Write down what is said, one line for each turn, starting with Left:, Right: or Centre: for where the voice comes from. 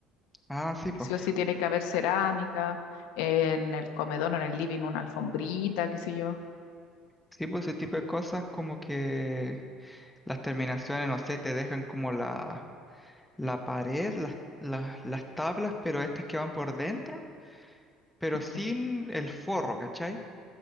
Centre: Ah, sí, pues.
Left: Sí o sí tiene que haber cerámica, en el comedor o en el living una alfombrita, qué sé yo.
Centre: Sí, pues ese tipo de cosas como que las terminaciones, no sé, te dejan como la, la pared, las, las, las tablas, pero estas que van por dentro, pero sin
Left: Ya.
Centre: el forro, ¿cachai?